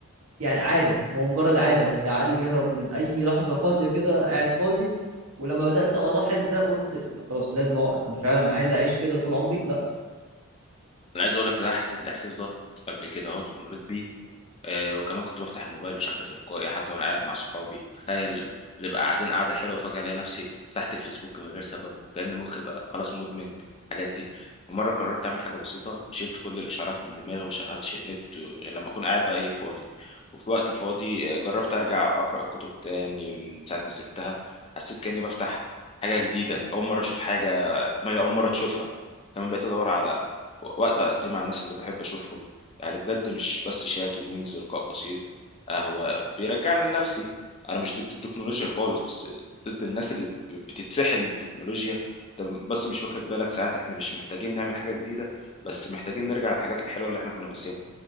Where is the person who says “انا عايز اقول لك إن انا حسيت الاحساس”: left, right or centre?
Left